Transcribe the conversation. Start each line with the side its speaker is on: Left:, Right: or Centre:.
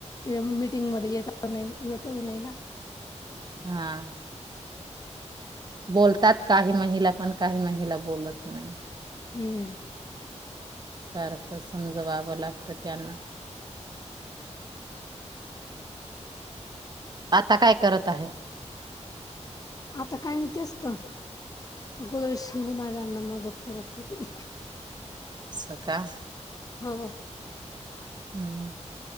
Left: ते मीटिंग मध्ये येत नाही येतच नाही ना
Right: हा
Left: हो <unintelligible>
Right: बोलतात काही महिला पण काही महिला बोलत नाही
Left: हम्म
Right: सारखं समजवावं लागतं त्यांना आता काय करत आहे?
Left: आता काय ना तेच तं गोधड्या शिवणाऱ्यांना मदत करत होते
Right: सकाळ
Left: हो हो
Right: हम्